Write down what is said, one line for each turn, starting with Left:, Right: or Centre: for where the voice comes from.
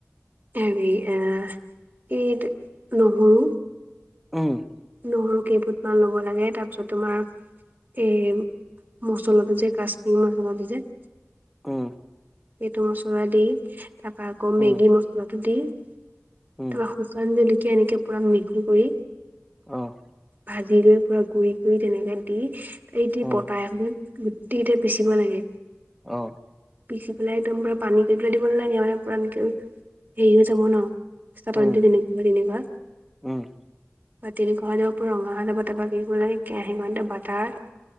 Right: হেৰি এ', এইটো নহৰু
Centre: উম।
Right: নহৰু কেইফুটমান ল'ব লাগে, তাৰপিছত তোমাৰ এই মছলাটো যে কাশ্মীৰী মছলাটো যে
Centre: উম।
Right: এইটো মছলা দি, তাৰপৰা আকৌ মেগী
Centre: উম
Right: মচলাটো দি, তাৰপা
Centre: উম
Right: শু কান জলকীয়া এনেকে পুৰা মিহি কৰি
Centre: অ'।
Right: ভাজি লৈ পুৰা গুৰি কৰি তেনেকে দি, এই দি
Centre: অ
Right: পটা এখনত গোটেইটো পিচিব লাগে।
Centre: অ'।
Right: পিচি পেলাই একদম বৰ পানী কৰিবলৈ দিব নালাগে মানে, পূৰা এনেকে, হেৰি হৈ যাব ন'। চাতনিটো
Centre: উম
Right: যেনেকুৱা হয় তেনেকুৱা
Centre: উম
Right: তেনেকুৱা হৈ যাব পূৰা ৰঙা হৈ যাব, তাৰপা কি কৰিব লাগে কেৰাহীকনতে বাটাত